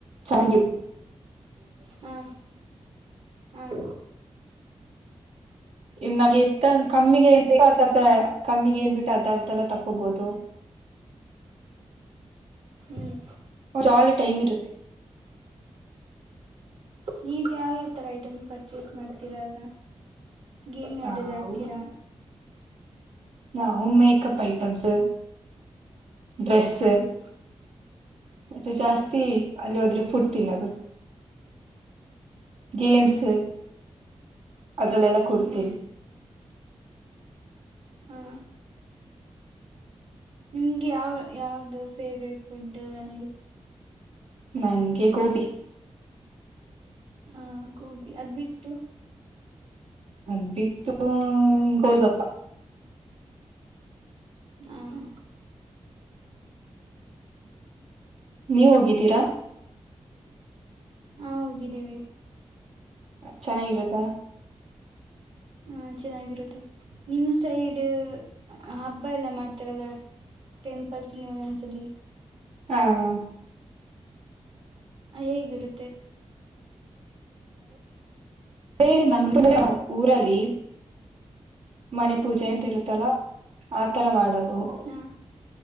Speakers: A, on the right (about 80°); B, on the right (about 60°).
A: ಚಾರ್ಜ್
B: ಹಾ ಹ್ಮ್
A: ಇ ನಮ್ ಎಂತ ಕಮ್ಮಿ ಎಂತತ ಕಮ್ಮಿಗೆ ಏನ್ ಬಿಟ್ಟ ಆತ ತಲೇ ತಕೋಬೋದು
B: ಹ್ಮ್
A: ಚಾಲೆ ಟೈಮ್ ಇರುತ್ತೆ
B: ನೀವ ಯಾವ ಯಾವಥರ ಐಟಮ್ ಪರ್ಚೇಸ್ ಮಾಡ್ತೀರಾಗ ಏನ್ ಯಾವ್ದದುಾಡ್ತೀರಾ
A: ನಾವು ನ ಮಕ್ಪ್ ಐಟಮಸ್ ಡ್ರೆಸ್
B: ಹ್ಮ್
A: ಮತ್ತೆ ಜಾಸ್ತಿ
B: ಹ್ಮ್
A: ಅಲ್ಲಿ ಹೋದ್ರೆ ಫುಡ್ ತಿನ್ನೋದು ಗೇಮ್ಸ್
B: ಹ
A: ಅದ್ರಲ್ಲೆಲ್ಲ ಕೊಡ್ತೇವಿ
B: ಹ ಹಾ ನಿಮ್ಗೆ ಯಾವ್ ಯಾವ್ದು ಫೇವ್ರೇಟ್ ಫುಡ್ ಅಲ್ಲಿ
A: ನಂಗೆ ಗೋಪಿ
B: ಹಾ ಗೋಬಿ ಅದ್ ಬಿಟ್ಟು
A: ಅದ್ಬಟ್ಟು ಗೋಲ್ಗಪ್ಪ
B: ಹ್ಮ
A: ನೀವ್ ಹೋಗಿದ್ದೀರಾ
B: ಹ ಹೋಗಿದ್ದೀವಿ
A: ಚೆನ್ನಾಗಿರುತ್ತ
B: ಹ ಚೆನ್ನಾಗಿರುತ್ತೆ ನಿಮ್ ಸೈಡ್ ಹಬ್ಬ ಎಲ್ಲ ಮಾಡ್ತಾರದ ಟೆಂಪಲ್ಸ್ಲ್ಲಿ ಒಂದೊಂದ್ಸಲಿ
A: ಆ ಆ
B: ಹ ಹೇಗಿರುತ್ ತ್
A: ಲೆ ನಮ್ ಊರಲ್ಲಿ ಮನೆ ಪೂಜೆ
B: ಹ್ಮ್
A: ಅಂತ್ ಇರುತ್ತಲ್ಲ ತರ ಮಾಡೋದು
B: ಹ